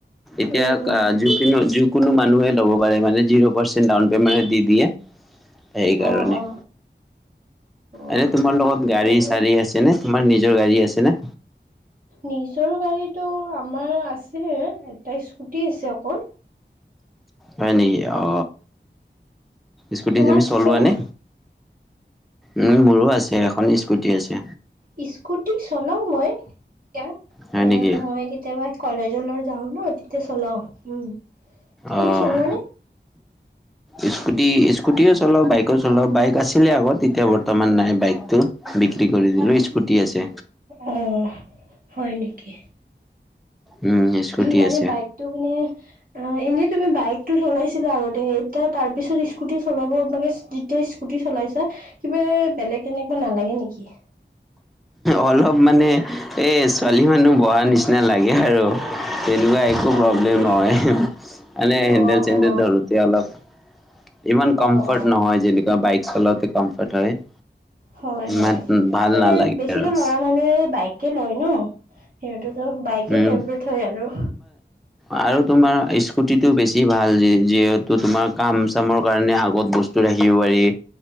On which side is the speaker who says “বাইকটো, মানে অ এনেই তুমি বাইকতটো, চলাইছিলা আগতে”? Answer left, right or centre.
Right